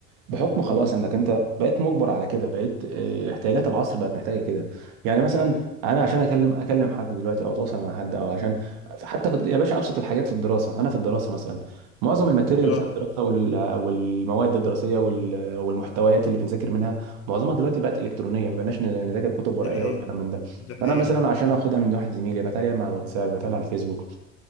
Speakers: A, on the right; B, on the left.
A: بحكم
B: امم
A: خلاص انك انت بقيت مجبر على كده بقيت آه، احتياجات العصر بقت محتاجه كده يعني مثلا
B: امم
A: انا عشان اكلم اكلم حد دلوقتي او اتواصل مع حد او عشان حتى في يا باشا ابسط الحاجات في الدراسه انا في الدراسه مثلا معظم الماتيريال
B: اه
A: بتاع الدراسه وال- والمواد الدراسيه وال- والمحتويات اللي بنذاكر منها معظمها دلوقتي بقت الكترونيه ما بقناش نذاكر كتب ورقيه
B: دي حقيقة
A: والكلام من ده
B: دي
A: فانا
B: حقيقة
A: مثلا عشان اخدها من واحد زميلي بتعالى مع الواتساب بتعالى على الفيسبوك